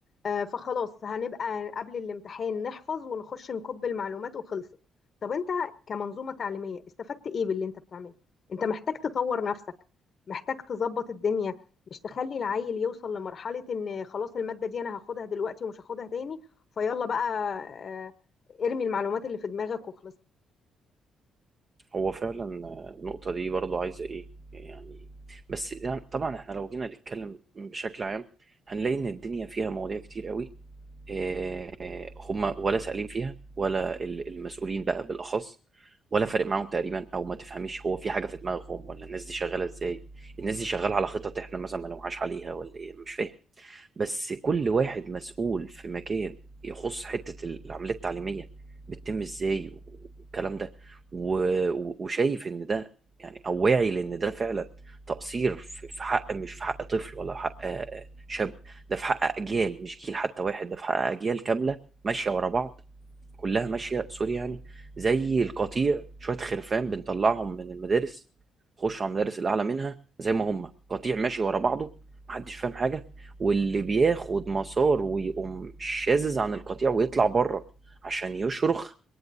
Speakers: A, on the left; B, on the right.
A: آه، فخلاص هنبقى قبل الامتحان نحفظ ونخش نكب المعلومات وخلصت طب انت كمنظومة تعليمية استفدت ايه باللي انت بتعمله انت محتاج تطور نفسك محتاج تظبط الدنيا مش تخلي العيل يوصل لمرحلة ان خلاص المادة دي انا هاخدها دلوقتي ومش هاخدها تاني فيلا بقى آه، ارمي المعلومات اللي في دماغك وخلص
B: هو فعلا النقطة دي برضو عايزة ايه يعني بس يعني طبعا احنا لو جينا نتكلم بشكل عام هنلاقي ان الدنيا فيها مواضيع كتير قوي آه، هم ولا سائلين فيها ولا ال- المسؤولين بقى بالاخص ولا فارق معاهم تقريبا او ما تفهميش هو في حاجة في دماغهم ولا الناس دي شغالة ازاي الناس دي شغالة على خطط احنا مثلا ما نوعاش عليها ولا ايه مش فاهم بس كل واحد مسؤول في مكان يخص حتة العملية التعليمية بتتم ازاي والكلام ده و- و- وشايف ان ده يعني او واعي لان ده فعلا تقصير في في حق مش في حق طفل ولا حق آه، شاب ده في حق اجيال مش جيل حتى واحد ده في حق اجيال كاملة ماشية ورا بعض كلها ماشيه سوري يعني زي القطيع شويه خرفان بنطلعهم من المدارس خشوا على المدارس الاعلى منها زي ما هم قطيع ماشي ورا بعضه محدش فاهم حاجه واللي بياخد مسار ويقوم شاذز عن القطيع ويطلع بره عشان يشرخ